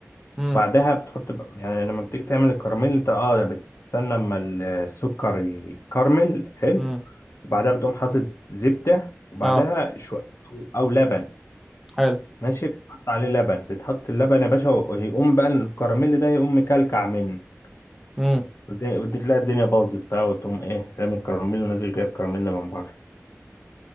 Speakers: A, in the centre; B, on the left.
A: امم
B: بعدها بتحط ب- يعني لما بتيجي تعمل الكراميل انت اه بتستنى اما السكر يكرمل حلو
A: امم
B: وبعدها بتقوم حاطط زبدة وبعدها
A: اه
B: شوية او أو لبن
A: حلو
B: ماشي بتحط عليه لبن بتحط اللبن يا باشا ويقوم بقى الكراميل ده يقوم مكلكع منه
A: امم
B: وتلاقي وت- تلاقي الدنيا باظت بقى وتقوم ايه رامي الكراميل ونازل جايب كراميل من بره